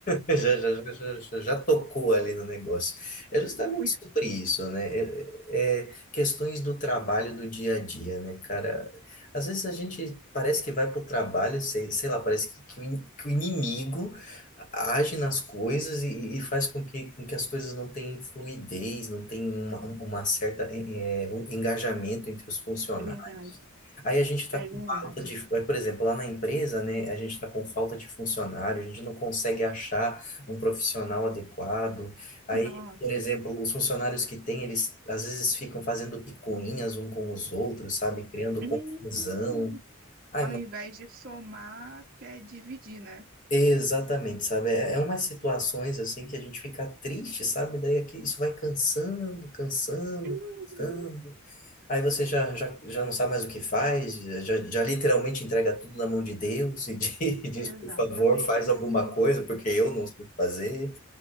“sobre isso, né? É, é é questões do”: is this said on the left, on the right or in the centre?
Left